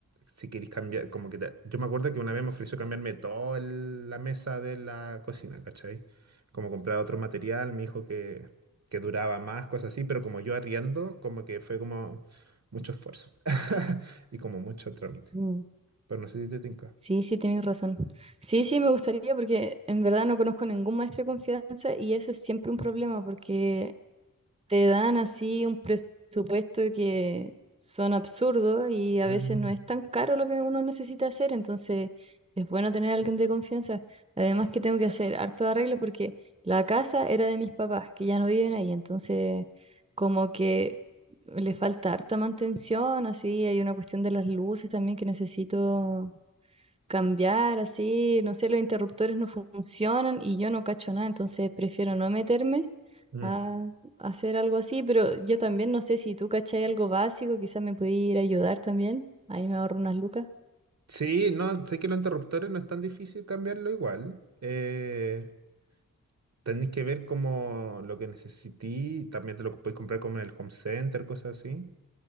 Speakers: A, on the right (about 50°); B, on the right (about 20°).
A: Si queréis cambiar, como que te- yo me acuerdo que una vez me ofreció cambiarme toda la mesa de la cocina, ¿cachai? como comprar otro material, me dijo que, que duraba más, cosas así, pero como yo arriendo, como que fue como mucho esfuerzo <laughs> y como mucho trámite.
B: Mm,
A: Pero no sé si te tinca.
B: Sí, sí, tienes razón. Sí, sí, me gustaría porque en verdad no conozco ningún maestro de confianza y eso es siempre un problema porque te dan así un presupuesto que son absurdos y a
A: Mm.
B: veces no es tan caro lo que uno necesita hacer, entonces es bueno tener a alguien de confianza. Además que tengo que hacer harto arreglo porque la casa era de mis papás, que ya no viven ahí, entonces como que le falta harta mantención, así hay una cuestión de las luces también que necesito cambiar, así, no sé, los interruptores no funcionan y yo no cacho nada, entonces prefiero no meterme
A: Mm.
B: a hacer algo así, pero yo también no sé si tú cachai algo básico, quizás me puede ir a ayudar también. Ahí me ahorro unas lucas.
A: Sí, no, sé que los interruptores no es tan difícil cambiarlo igual. Eh, tenéis que ver como lo que necesití, también te lo podéis comprar como en el home center, cosas así.